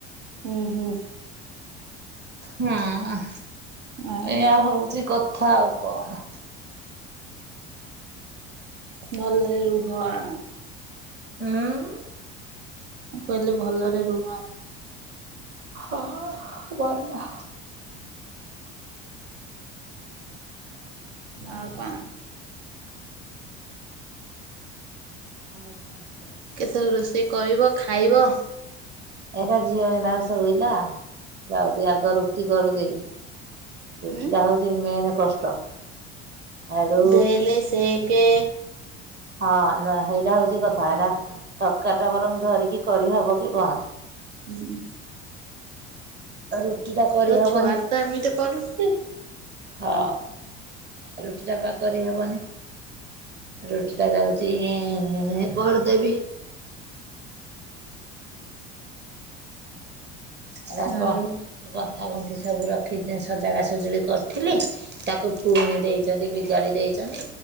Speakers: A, on the right; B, on the right.
A: ଉଁ ହୁଁ।
B: ହୁଁ
A: ଆଉ
B: ଏଇଆ ହଉଛି କଥା ଆଉ କଣ।
A: ଭଲରେ ରୁହ ଆଁ।
B: ଉଁ।
A: ମୁଁ କହିଲି ଭଲରେ ରୁହ।
B: ହଁ ଭଲ।
A: ଆଉ କଣ।
B: ଆଉ କଣ କହିବି
A: କେତେଳେ ର କେ କରିବ ଖାଇବ।
B: ଏହେ ଝିଅ ଏଇନା ଶୋଇଲା ଯାଉଛି ଆଗ ରୁଟି କରିଦେବି। ରୁଟି
A: ହୁଁ।
B: ଟା ହଉଛି ମେନ୍ କଷ୍ଟ ଏଡୁ
A: ବେଲେ ସେକେ
B: ହଁ ହେଇଟା ହଉଛି କଥା ଏଟା ତରକାରି ଟା ବରଂ ଧରିକି କରିହବ କି କଣ?
A: ହୁଁଁ।
B: ହେ ରୁଟିଟା କରିହେବନି।
A: ତୋ ଛୁଆ ତ ଏମିତି କରୁଛି
B: ହଁ ରୁଟି ଟା ବା କରି ହବନି। ରୁଟିଟା ଯାଉଛି କରିଦେବି। ଏରା
A: ଆଉ
B: ଙ୍କ ଗନ୍ଥା ଗୁନ୍ଥି ସବୁ ରଖି ସଜଡା ସଜଡ଼ି କରିଥିଲି ତାକୁ ପୁଣି ଦେଇଛନ୍ତି ବିଗାଡ଼ି ଦେଇଛନ୍ତି